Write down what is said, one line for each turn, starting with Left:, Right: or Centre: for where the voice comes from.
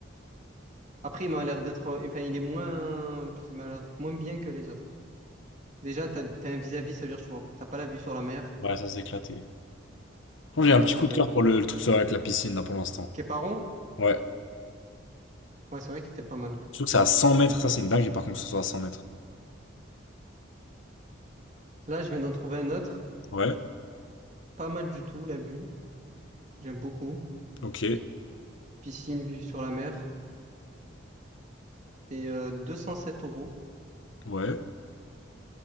Right: Après, il m'a l'air d'être. Enfin, il est moins. Il m'a l'air d'être moins bien que les autres. Déjà, t'as, t'as un vis-à-vis, ça veut dire tu vois, t'as pas la vue sur la mer.
Left: Ouais, ça, c'est éclaté. Franchement, J'ai un petit
Right: Moi,
Left: coup
Right: je
Left: de
Right: l'avoue.
Left: cœur pour le, le truc sur- avec la piscine, là, pour l'instant.
Right: Képaron?
Left: Ouais.
Right: Ouais, c'est vrai qu'il était pas mal.
Left: Je trouve que c'est à 100 mètres. Ça, c'est une dinguerie, par contre, que ce soit à 100 mètres.
Right: Là, je viens d'en trouver un autre.
Left: Ouais.
Right: Pas mal du tout, la vue. J'aime beaucoup.
Left: Ok.
Right: Piscine, vue sur la mer. C'est euh, 207 euros.
Left: Ouais.